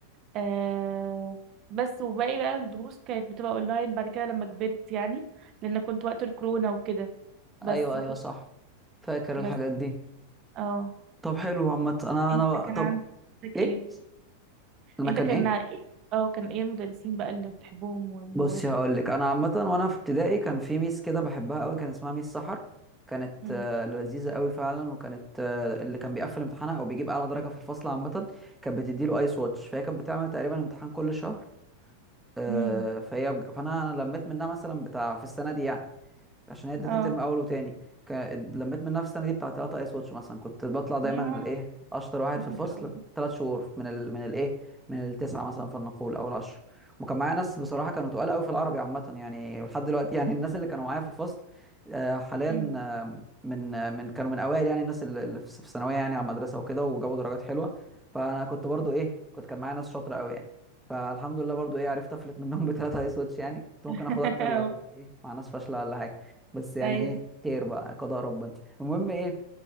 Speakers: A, on the right (about 35°); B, in the centre.
A: آه بس وباقي بقى الدروس كانت بتبقى اونلاين بعد كده لما كبرت يعني لان كنت وقت الكورونا وكده بس
B: ايوه
A: ما
B: ايوه
A: كنتش
B: صح فاكر
A: بس
B: الحاجات دي
A: اه
B: طب حلو عامة انا
A: انت
B: انا بقى-
A: كان
B: طب
A: عندك
B: ايه
A: ايه
B: انا
A: انت
B: كان
A: كان
B: ايه
A: إيه؟ اه كان ايه المدرسين بقى اللي بتحبهم والمواد
B: بصي هقول لك انا عامه وانا في ابتدائي كان في ميس كده بحبها قوي كان اسمها ميس سحر كانت
A: مم.
B: آه، لذيذه قوي فعلا وكانت آه، اللي كان بيقفل امتحانها او بيجيب اعلى درجه في الفصل عامه كانت بتديله ايس واتش فهي كانت بتعمل تقريبا امتحان كل شهر آه،
A: مم.
B: فهي بج- فانا انا لميت منها مثلا بتاع في السنه دي يعني عشان هي ادتنا
A: اه
B: ترم اول وتاني ك... لميت من نفس السنه دي بتاع 3 ايس واتش مثلا كنت بطلع دايما
A: ما
B: الايه اشطر واحد
A: هو
B: في الفصل
A: مش قوي.
B: ثلاث شهور من ال... من الايه من التسعه مثلا فلنقول او العشره وكان معايا ناس بصراحه كانوا تقال قوي في العربي عامه يعني ولحد دلوقتي يعني الناس اللي كانوا معايا في الفصل آه، حاليا
A: مم.
B: آه، من آه، من كانوا من اوائل يعني الناس اللي اللي في في الثانويه يعني على المدرسه وكده وجابوا درجات حلوه فانا كنت برضو ايه كنت كان معايا ناس شاطره قوي يعني فالحمد لله برضو ايه عرفت افلت منهم <laughs> بثلاثه ايس واتش يعني كنت ممكن
A: <laughs>
B: اخد اكتر
A: أه.
B: لو كنت ايه مع ناس فاشله ولا حاجه بس يعني
A: ايوه
B: ايه خير بقى قضاء ربنا المهم ايه